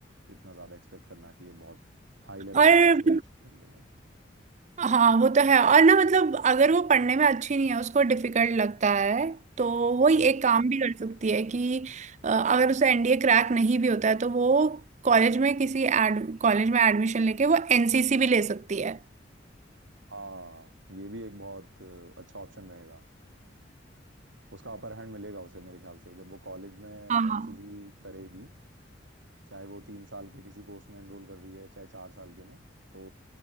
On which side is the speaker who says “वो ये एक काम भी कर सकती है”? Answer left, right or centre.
Right